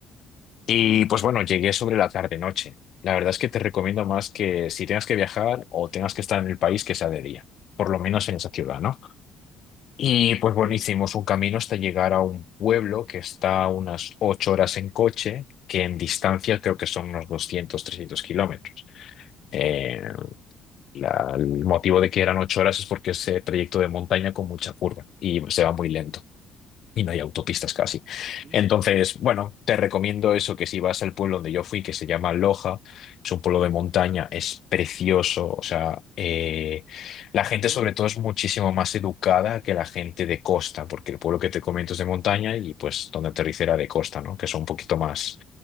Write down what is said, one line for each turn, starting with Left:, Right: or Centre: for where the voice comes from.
Right: Ujú.
Left: Y pues bueno, llegué sobre la tarde-noche. La verdad es que te recomiendo más que si tengas que viajar o tengas que estar en el país, que sea de día, por lo menos en esa ciudad, ¿no? Y pues bueno,
Right: Sí.
Left: hicimos un camino hasta llegar a un pueblo que está a unas ocho horas en coche, que en distancia creo que son unos doscientos trescientos kilómetros. Eh, la- el motivo de que eran ocho horas es porque es eh, trayecto de montaña con mucha curva y se va muy lento y no hay autopistas casi.
Right: Ujú,
Left: Entonces, bueno, te recomiendo eso, que si vas al pueblo donde yo fui, que se llama Loja, es un pueblo de montaña, es precioso, o sea, eh, la gente
Right: ujú,
Left: sobre todo es muchísimo más educada que la gente de costa, porque el pueblo que te comento es de montaña y pues donde aterricera de costa, ¿no? Que son un poquito más